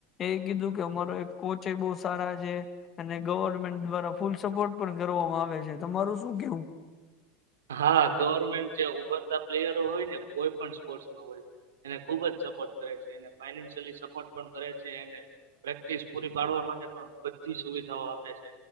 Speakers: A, on the left; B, on the right.
A: એ કીધું કે અમારો એક કોચ બહુ સારા છે અને ગવર્મેન્ટ દ્વારા ફૂલ સપોર્ટ પણ કરવામાં આવે છે. તમારું શું કેવું?
B: હા. ગવર્મેન્ટ જે ઉભરતા પ્લેયરો હોય ને કોઈ પણ સ્પોર્ટસમાં હોય, એને ખુબ જ સપોર્ટ કરે છે, એને ફાઈનાન્શયલી સપોર્ટ પણ કરે છે અને પ્રેક્ટિસ પૂરી પાડવા માટે પણ બધી સુવિધાઓ આપે છે,